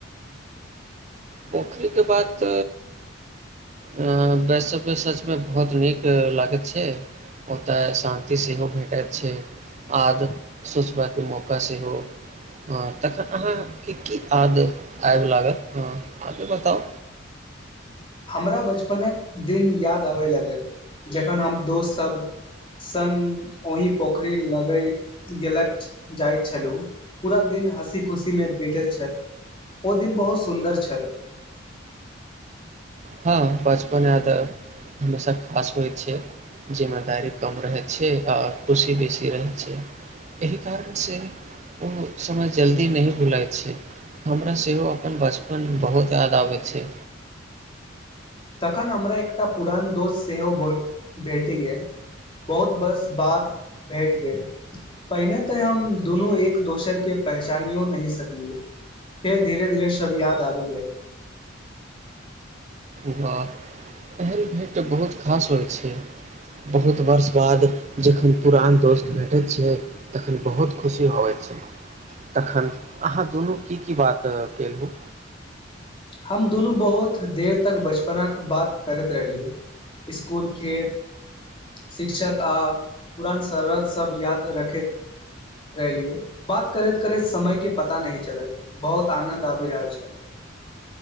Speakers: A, on the right (about 35°); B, on the left (about 25°).
A: पोखरिके बात आ वैसब सचमे बहुत नीक लागैत छै ओतऽ शान्ति सेहो भेटैत छै आद सोचबाके मौका सेहो ह तखन अहाँके की आद आबि लागत ह आगे बताउ
B: हमरा बचपनक दिन याद आबै लगल जखन हम दोस्त सब संग ओहि पोखरि लगै गेलक जाइत छलहुँ पूरा दिन हँसी खुशीमे बटैत छल ओ दिन बहुत सुन्दर छल
A: हँ बचपन यादऽ हमेशा खास होइ छै जिम्मेदारी कम रहै छै आ खुशी बेसी रहै छै एहि कारण सँ ओ समय जल्दी नहि भुलाै छै हमरा सेहो अपन बचपन बहुत याद आबै छै
B: तखन हमरा एकटा पुरान दोस्त सेहो भ भेट गेल बहुत वर्ष बाद भेट गेल पहिने तऽ हम दुनू एक दोसरके पहचानियो नहिह सकलहुँ फेर धीरे धीरे सभ याद आबि गेल
A: वाह एहन भेट बहुत खास होइ छै बहुत वर्ष बाद जखन पुरान दोस्त भेटैत छै तखन बहुत खुशी होबइत छै तखन अहाँ दुनू की की बात केलहुँ
B: हम दुनू बहुत देर तक बच बच्चपन्ना के बात करैत रहलियै स्कुल खेल शिक्षक आ पुरान शररत सब याद रखैत रहलियो बात करैत करैत समयके पता नहिह चलल बहुत आनन्द आबि रहल छल